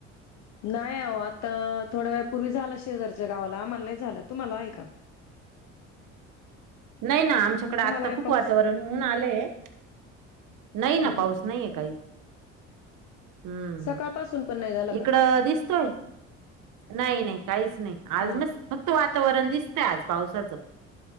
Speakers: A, on the left; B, on the right.
A: नाही आहो आता थोड्या वेळ पूर्वी झाला शेजारच्या गावाला मणा. नाही झाला. तुम्हाला आहे का?
B: नाही ना आमच्याकडे आत्ता
A: तुम्हाला आहे
B: खूप
A: पाऊस
B: वातावरण होऊन आलंय. नाही ना
A: हम्म
B: पाऊस नाहीये काहीच. हम्म
A: सकाळपासून पण नाही झाला का
B: इकड दिसतोय. नाही नाही काहीच नाही आज
A: हा
B: फक्त वातावरण दिसत आज पावसाचं